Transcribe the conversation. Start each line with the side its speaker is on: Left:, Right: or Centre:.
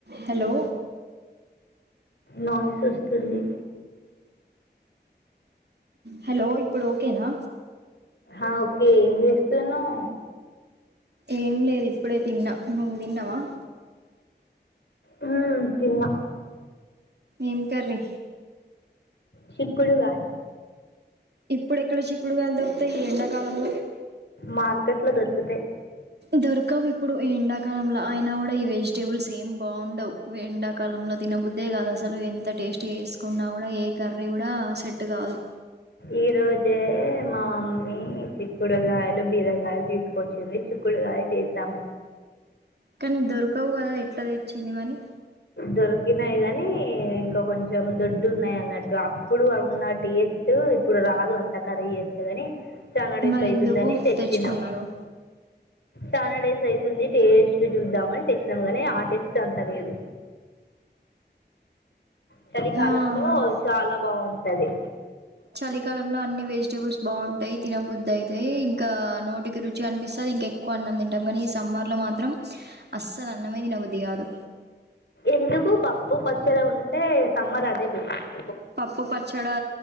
Right: Hello
Left: noise వస్తుంది
Right: hello ఇప్పుడు ఓకేనా
Left: ఆ ఓకే ఏం జేస్తున్నవ్
Right: ఏం లేదు ఇప్పుడే తిన్నా నువ్వు దిన్నవా
Left: ఉమ్ తిన్నా
Right: ఏం కర్రీ
Left: చిక్కుడుగాయ్
Right: ఇప్పుడెక్కడ చిక్కుడుకాయలు దొరుకుతాయి ఈ ఎండాకాలంల
Left: మార్కెట్ లో దొరుకుతయ్
Right: దొరకవ్ ఇప్పుడు ఎండాకాలంలో అయినా గూడా ఈ వెజిటేబుల్స్ ఏం బాగుండవ్ ఎండాకాలం లో తినబుద్దే గాదు అసలు ఎంత టేస్టీ చేసుకున్నా గూడా ఏ కర్రీ గూడా సెట్ గాదు
Left: ఈ రోజే మా మమ్మీ చిక్కుడుగాయలు బీరగాయలు తీసుకొచ్చింది చిక్కు డుగాయ చేసాం
Right: కానీ దొరకవు గదా ఎట్లా దెచ్చింది మనీ
Left: దొరికినాయి గాని ఇంకా కొంచెం దొడ్డు ఉన్నాయి అన్నట్టు అప్పుడు ఉన్నట్ టేస్ట్ ఇప్పుడు రాదు అంత కర్రీ చేస్తే గాని చానాడేస్
Right: మరి
Left: అయితుందని
Right: ఎందుకు
Left: తెచ్చినం
Right: తెచ్చుకున్నారు
Left: చానాడైస్ అయితుంది టేస్ట్ చూద్దామని తెచ్చినాము గాని ఆ టేస్ట్ అంత లేదు చలికాలంలో
Right: ఆ
Left: చాలా బాగుంటది
Right: చలికాలంలో అన్ని వెజిటేబుల్స్ బాగుంటాయి తినబుద్దైతయి ఇంకా నోటికి రుచి అనిపిస్తది ఇంక ఎక్కువ అన్నం దిం టాం గానీ ఈ సమ్మర్ లో మాత్రం అస్సలు అన్నమే దినబుద్ది గాదు
Left: ఎందుకు పప్పు పచ్చడే ఉంటే సమ్మర్ అదే పెట్టు.
Right: పప్పు పచ్చడి